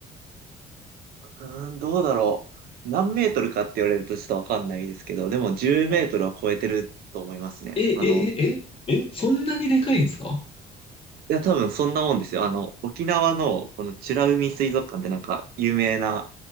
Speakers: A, on the right (about 65°); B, on the left (about 35°).
A: うーん、どうだろう。何メートルかって言われるとちょっとわかんないですけど、でも10メートルは超えてると思いますね。
B: はい。え、え、
A: あの、
B: え、え、え、そんなにでかいんですか
A: いや、多分そんなもんですよ。あの、沖縄のこの美ら海水族館ってなんか有名な、